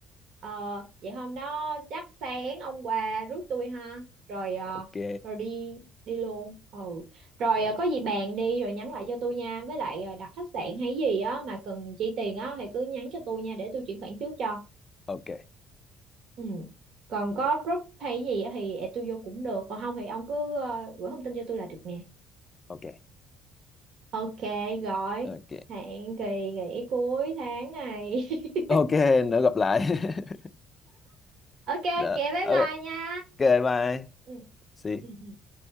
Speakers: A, on the right; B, on the left.
A: Ờ vậy hôm đó chắc sáng ông qua rước tôi ha. Rồi à,
B: ok
A: rồi đi đi luôn. Ừ. Rồi
B: Ờ,
A: à, có gì bàn đi rồi nhắn lại cho tôi nha. Với lại à, đặt khách sạn hay gì á mà cần chi tiền á thì cứ nhắn cho tôi nha để tôi chuyển khoản trước cho.
B: ok
A: Ừ. Còn
B: ok
A: có group hay gì á thì add tôi vô cũng được Còn không thì ông cứ ờ, gửi thông tin cho tôi là được nè
B: ok
A: Ok gọi
B: ok
A: Hẹn kỳ nghỉ cuối tháng này <laughs>
B: ok <laughs> nữa gặp lại <laughs>
A: Ok
B: đó
A: ok bye
B: ok
A: bye nha
B: ok bye
A: Ừ.
B: see
A: Ừ. ừ.